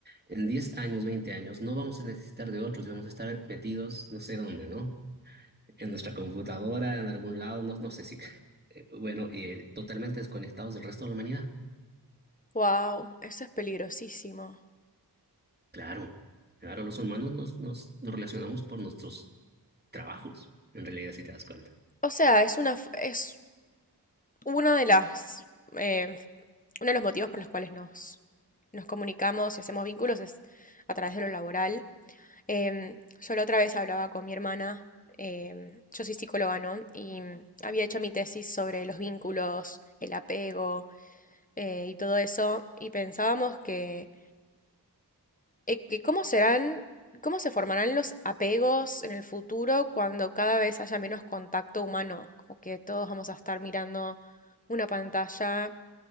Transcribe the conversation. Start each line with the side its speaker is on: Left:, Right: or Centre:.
Right: En 10 años, 20 años, no vamos a necesitar de otros y vamos a estar metidos no sé dónde, ¿no? En nuestra computadora, en algún lado, no, no sé si, <laughs> eh, bueno, eh, totalmente desconectados del resto de la humanidad.
Left: wow, eso es peligrosísimo.
Right: Claro, claro, los humanos nos, nos, nos relacionamos por nuestros trabajos, en realidad, si te das cuenta.
Left: O sea, es una, f- es una de las, eh, uno de los motivos por los cuales nos, nos comunicamos y hacemos vínculos es a través de lo laboral. Em, yo la otra vez hablaba con mi hermana, em, yo soy psicóloga, ¿no? Y mm, había hecho mi tesis sobre los vínculos, el apego eh, y todo eso, y pensábamos que eh, que ¿cómo serán, cómo se formarán los apegos en el futuro cuando cada vez haya menos contacto humano? Como que todos vamos a estar mirando una pantalla